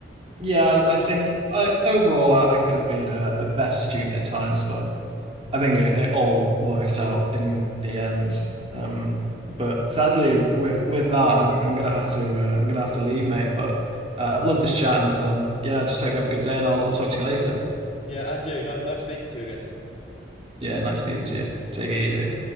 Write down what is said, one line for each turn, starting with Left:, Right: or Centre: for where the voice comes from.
Right: yeah I, I think I overall I, I could have been a, a better student at times, but I think it, it all worked out in the end. Um, but sadly, with with that, I'm I'm gonna have to uh, I'm gonna have to leave, mate. But uh, I've loved this chat, and um, yeah, I just hope you have a good day, and I'll I'll talk to you later.
Left: Yeah, Andrew, nice nice speaking to you again.
Right: Yeah, nice speaking to you. Take it easy.